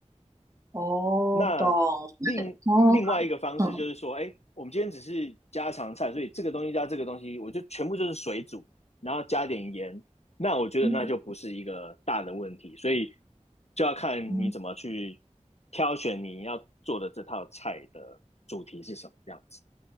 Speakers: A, on the right; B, on the left.
A: 哦，
B: 那另另外一个方式就是说，
A: 懂，哦，嗯
B: 哎，我们今天只是家常菜，所以这个东西加这个东西，我就全部就是水煮，然后加点盐。那我觉得那就不是一个大的问题，
A: 嗯
B: 所以就要看你怎么去
A: 嗯
B: 挑选你要做的这套菜的主题是什么样子。